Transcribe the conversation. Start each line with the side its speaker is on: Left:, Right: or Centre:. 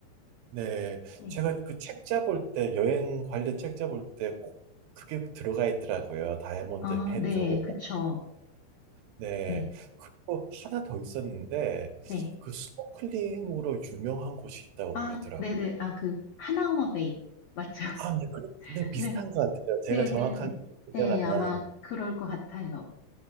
Right: 네.
Left: 네.
Right: 제가 그 책 잡을 때 여행 관련 책 잡을 때 꼭 그게 들어가 있더라고요. 다이아몬드
Left: 아,
Right: 헤드
Left: 네,
Right: 올라오고.
Left: 그쵸.
Right: 네.
Left: 네,
Right: 그리고 하나 더 있었는데
Left: 네.
Right: 그 스노클링으로 유명한 곳이 있다고
Left: 아,
Right: 그러더라고요.
Left: 네네. 아, 그, 하나우마 베이. 맞죠?
Right: 아, 네. 그- 네,
Left: <laughs>
Right: 비슷한
Left: 네,
Right: 것 같아요. 제가
Left: 네,
Right: 정확하게
Left: 네. 네,
Right: 기억 안
Left: 아마
Right: 나는.
Left: 그럴 것 같아요.